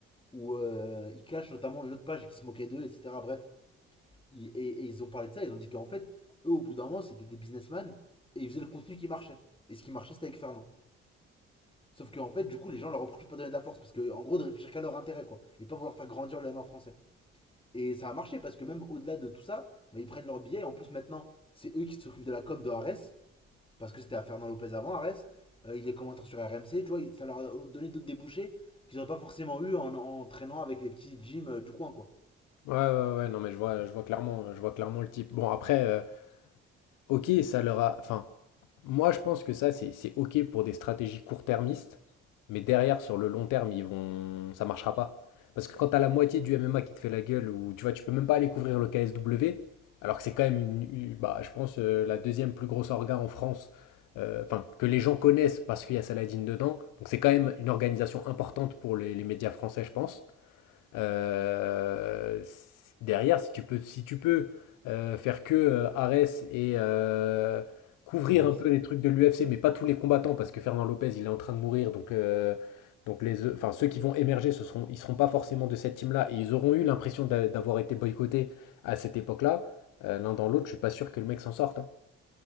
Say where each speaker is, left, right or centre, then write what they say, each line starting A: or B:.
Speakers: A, on the left (about 15°); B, on the left (about 75°).
A: où euh, ils clashent notamment une autre page qui se moquait d'eux, etc. Bref. Ils- et, et ils ont parlé de ça. Ils ont dit qu'en fait, eux, au bout d'un moment, c'était des businessmen et ils faisaient le contenu qui marchait. Et ce qui marchait, c'était avec Fernand. Sauf qu'en fait, du coup, les gens leur reprochent de pas donner de la force parce que, en gros, de réfléchir qu'à leur intérêt, quoi. Et de pas vouloir faire grandir le M1 français. Et ça a marché parce que même au-delà de tout ça, bah, ils prennent leur billet. En plus, maintenant, c'est eux qui s'occupent de la com de Ares. parce que c'était à Fernand Lopez avant, Arès. Euh, il est commentateur sur RMC, tu vois, ça leur a donné d'autres débouchés qu'ils n'auraient pas forcément eu en, en traînant avec les petits gyms euh, du coin, quoi.
B: Ouais, ouais, ouais, non, mais je vois, je vois clairement, je vois clairement le type. Bon, après. euh, Ok, ça leur a. Enfin, moi je pense que ça c'est c'est ok pour des stratégies court-termistes, mais derrière sur le long terme ils vont, ça marchera pas. Parce que quand t'as la moitié du MMA qui te fait la gueule ou tu vois tu peux même pas aller couvrir le KSW, alors que c'est quand même une, une- bah je pense euh, la deuxième plus grosse orga en France, euh, enfin que les gens connaissent parce qu'il y a Saladin dedans, donc c'est quand même une organisation importante pour les les médias français je pense. Euh, derrière, si tu peux, si tu peux euh, faire que euh, Ares et euh, couvrir
A: Et L'UFC.
B: un peu les trucs de l'UFC, mais pas tous les combattants, parce que Fernand Lopez, il est en train de mourir, donc, euh, donc les, enfin, ceux qui vont émerger, ce seront, ils seront pas forcément de cette team-là, et ils auront eu l'impression d'a- d'avoir été boycottés à cette époque-là. Euh, l'un dans l'autre, je suis pas sûr que le mec s'en sorte. hein.